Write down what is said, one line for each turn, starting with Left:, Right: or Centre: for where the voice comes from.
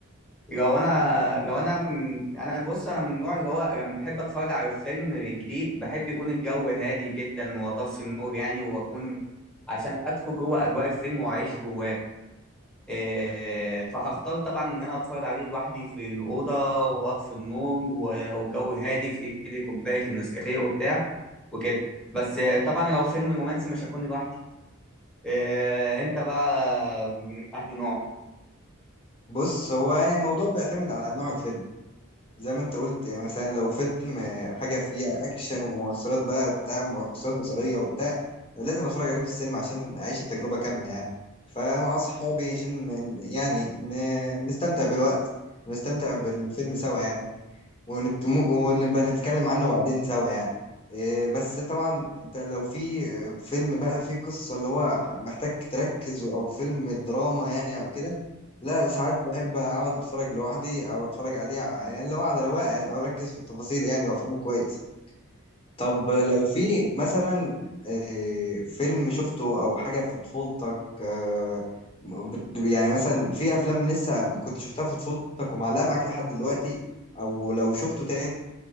Centre: لو أنا لو أنا من أنا بص أنا من النوع اللي هو لما بحب أتفرج على فيلم جديد بحب يكون الجو هادي جدا وأطفي النور يعني وأكون عشان أدخل جوه أجواء الفيلم وأعيش جواه إيه، فهختار طبعا ان انا اتفرج عليه لوحدي في الاوضه واطفي النور و- والجو هادي في ايدي كوبايه النسكافيه وبتاع وكده بس آه، طبعا لو فيلم رومانسي مش هكون لوحدي إيه، انت بقى من انهي نوع
Left: بص هو يعني الموضوع بيعتمد على نوع الفيلم زي ما انت قلت يعني مثلا لو فيلم حاجه فيها اكشن ومؤثرات بقى بتاع مؤثرات بصريه وبتاع لازم اتفرج عليه في السينما عشان اعيش التجربه كامله يعني فمع اصحابي عشان ن- يعني ن- نستمتع بالوقت ونستمتع بالفيلم سوا يعني ونت... مو- ونبقى نتكلم عنه بعدين سوا يعني إيه بس طبعا انت لو في فيلم بقى فيه قصة اللي هو محتاج تركز او فيلم دراما يعني او كده لا ساعات بحب اقعد اتفرج لوحدي او اتفرج عليه ع- يعني اللي هو على رواقه اركز في التفاصيل يعني وافهمه كويس طب لو في مثلا آه، فيلم شفته او حاجه في طفولتك آه، بت- يعني مثلا في افلام لسه كنت شفتها في طفولتك ومعلقه معاك لحد دلوقتي او لو شفته تاني